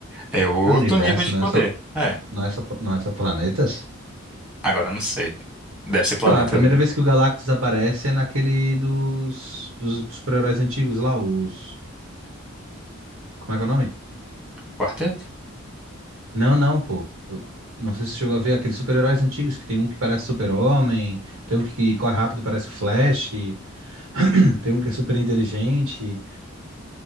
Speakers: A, in the centre; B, on the right.
A: é outro
B: É o universo,
A: nível de
B: não
A: poder.
B: é só,
A: É,
B: não é só, não é só planetas?
A: agora eu não sei. Deve ser planetas,
B: Então, é a primeira
A: né?
B: vez que o Galactus aparece é naquele dos, dos super-heróis antigos lá, os... Como é que é o nome?
A: Quarteto?
B: Não, não, pô. Eu não sei se você chegou a ver aqueles super-heróis antigos, que tem um que parece super-homem, tem um que corre rápido, parece o Flash, <clears throat> tem um que é super inteligente.